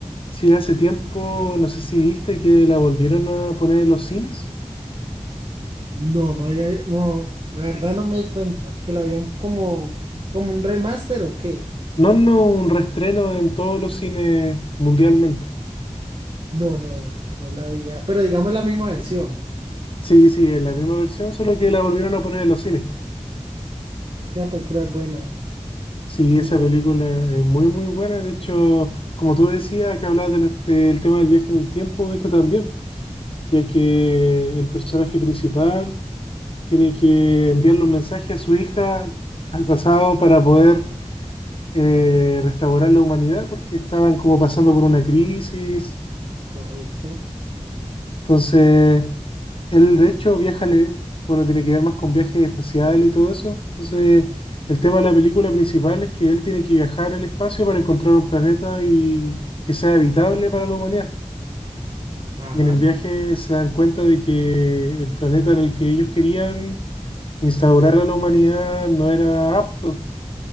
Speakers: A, on the left; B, on the right.
A: Sí, hace tiempo, no sé si viste que la volvieron a poner en los cines.
B: No, no había, no, la verdad no me di cuenta que la habían como, como un remaster o qué.
A: No, no, un reestreno en todos los cines mundialmente.
B: No, no, no la había, pero digamos la misma versión.
A: Sí, sí, es la misma versión, solo que la volvieron a poner en los cines.
B: Es que la película es buena.
A: Sí,
B: Muy
A: esa
B: buena,
A: película es muy, muy buena. De hecho, como tú decías, que hablabas de la- del tema del viaje en el tiempo, esta también, ya que el personaje principal tiene que enviarle un mensaje a su hija al pasado para poder eh, restaurar la humanidad, porque estaban como pasando por una crisis.
B: correcto.
A: Entonces, Él, de hecho, viaja, le- bueno, tiene que ver más con viajes espaciales y todo eso. Entonces, el tema de la película principal es que él tiene que viajar al espacio para encontrar un planeta y que sea habitable para la humanidad.
B: Ajá,
A: Y en el viaje se dan cuenta de que el planeta en el que ellos querían instaurar a la humanidad no era apto.